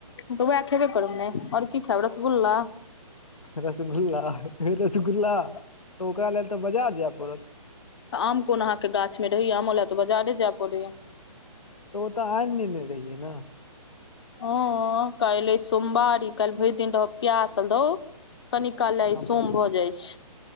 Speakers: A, on the left (about 50°); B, on the left (about 80°).
A: तऽ उएह खेबे करब ने और की खेब रसगुल्ला
B: रसगुल्ला रसगुल्ला तऽ ओकरा लेल तऽ बाजार जाय पड़त
A: आम कोन अहाँके गाछ मे रहैये आमो ले तऽ बाजारे जाय पड़ैये।
B: ओ तऽ आनि ने ने रहियै नऽ
A: हँ काइल अय सोमवारी काइल भरि दिन रहब पियासल धौ कनी कालले ई
B: आ
A: सोम भऽ जाइ छै।